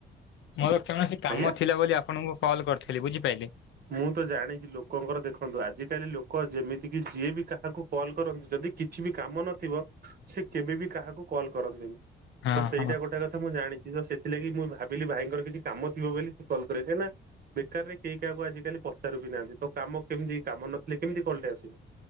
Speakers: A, on the left; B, on the right.
A: ମୋର କୌଣସି କାମ
B: ଆଜ୍ଞା
A: ଥିଲା ବୋଲି ଆପଣଙ୍କୁ କଲ୍ କରିଥିଲି ବୁଝିପାଇଲେ।
B: ମୁଁ ତ ଜାଣିଛି ଲୋକଙ୍କର ଦେଖନ୍ତୁ ଆଜିକାଲି ଲୋକ ଯେମିତି କି ଯିଏ ବି କାହାକୁ କଲ୍ କରନ୍ତୁ ଯଦି କିଛି ବି କାମ ନଥିବ ସେ କେବେ ବି କାହାକୁ କଲ୍ କରନ୍ତିନି
A: ହଁ
B: ତ ସେଇଟା
A: ହଁ
B: ଗୋଟେ ମୁଁ ଜାଣିଛି ତ ସେଥିଲାଗି ମୁଁ ଭାବିଲି ଭାଇଙ୍କ ର କିଛି କାମ ଥିବ ବୋଲି ସେ କଲ୍ କରେ କାହିଁ ନା ବେକାରରେ କେହି ଦେଖିବାକୁ ଆଜିକାଲି ପଚାରୁ ବି ନାହାନ୍ତି ତ କାମ କେମିତି କାମ ନଥିଲେ କେମିତି କଲ୍ ଟେ ଆସିବ।